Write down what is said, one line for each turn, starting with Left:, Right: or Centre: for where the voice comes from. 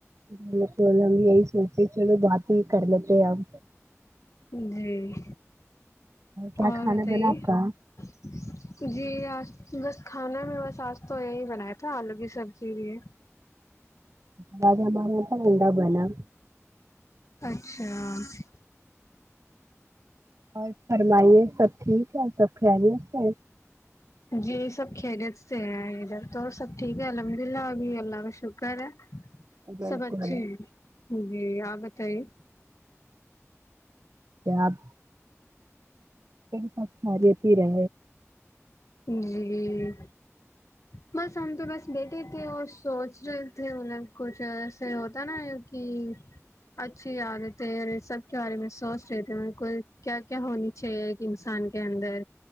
Right: بالک ہم یہی سے چلو باات ہی کر لیتے ہیں ہم
Left: جی
Right: کیا
Left: اور
Right: کھانا
Left: بتائیے
Right: بنا آپ کا
Left: جی آج بس کھانا میں بس آج تو یہی بنایا تھا آلو کی سبزی بھی
Right: ویلیکم ا مار انڈا بنایا
Left: اچھا
Right: اور فرمائیے سب ٹھیک ہے سب خیری سے
Left: جی سب خریت سے ہیں ادھر تو سب ٹھیک ہے الحمد اللہ ابھی اللہ کا شکر ہے
Right: بالکل
Left: سب اچھے ہیں جی آپ بتائیے
Right: آپ س خاریت ہی رہ
Left: جی بس ہم تو بس بیٹھے تھے اور سوچ رہے تھے مطلب کچھ ایسے ہوتا نا کہ اچھی عادت ہے سب کے بارے میں سوچ رہے تھے مط کو کیا کیا ہونی چاہیے ایک انسان کے اندر